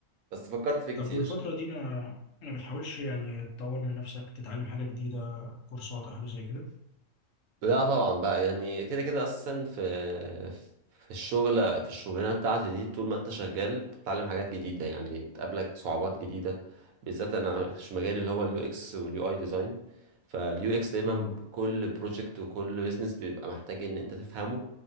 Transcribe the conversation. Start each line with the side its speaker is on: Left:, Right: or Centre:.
Right: بس فكرت فيه كتير
Left: طب والفترة دي ما ما بتحاولش يعني تطور من نفسك تتعلم حاجة جديدة كورسات أو حاجة زي كده؟
Right: لا طبعا بقى يعني كده كده اصلا في في الشغل في الشغلانه بتاعتي دي طول ما انت شغال بتتعلم حاجات جديده يعني بتقابلك صعوبات جديده بالذات انا مش مجالي اللي هو اليو اكس واليو اي ديزاين فاليو اكس دايما
Left: اه
Right: كل بروجكت وكل بيزنس بيبقى محتاج ان انت تفهمه